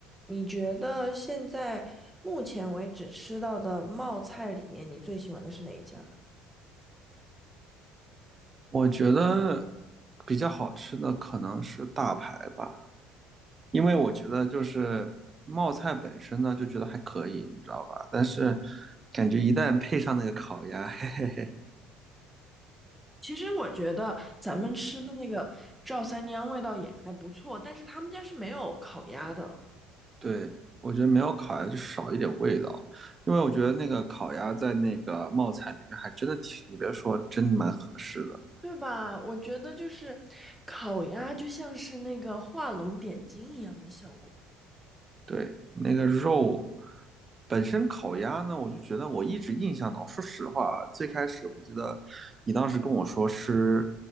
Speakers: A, in the centre; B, on the right.
A: 你觉得现在目前为止吃到的冒菜里面，你最喜欢的是哪一家？
B: 我觉得比较好吃的可能是大排吧，因为我觉得就是冒菜本身呢，就觉得还可以，你知道吧？但是感觉一旦配上那个烤鸭，<laughs>
A: 其实我觉得咱们吃的那个赵三娘味道也还不错，但是他们家是没有烤鸭的，
B: 对，我觉得没有烤鸭就少一点味道，因为我觉得那个烤鸭在那个冒菜里面还真的挺，你别说，真的蛮合适的。
A: 对吧？我觉得就是烤鸭就像是那个画龙点睛一样的效果。
B: 对，那个肉本身烤鸭呢，我就觉得我一直印象呢。说实话啊，最开始我觉得你当时跟我说吃，